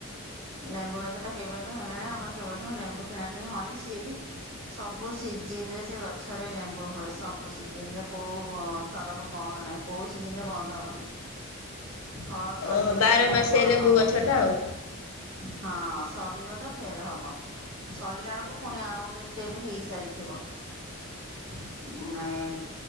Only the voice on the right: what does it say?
ଲେମ୍ବୁ ଗଛଟା କେବେଠୁଁ ହେଲାଣି ଆମର କେବେଠୁଁ ଲେମ୍ବୁ କିଣାକିିଣି ହଏନି ସିଏ ବି ସବୁ ସିଜିନରେ ସେ ଗଛରେ ଲେମ୍ବୁ ହୁଏ ସବୁ ସିଜିନରେ କୋଉ ବଁ ଥରକ ବନ୍ଦ ନାହିଁ। କୋଉ ସିଜିନରେ ବନ୍ଦ ହବନି ଫଳ ସରିବ
ତ ଫୁଣି
ଫଳ
ହବ।
ହଁ ସରିବ ତ ଫେରେ ହବ। ସରିଲାଳୁକୁ ଫୁଣି ଆଉ ଗୋଟେ ଷ୍ଟେପେ ହେଇସାରିଥିବ ଉଁ ଏମ୍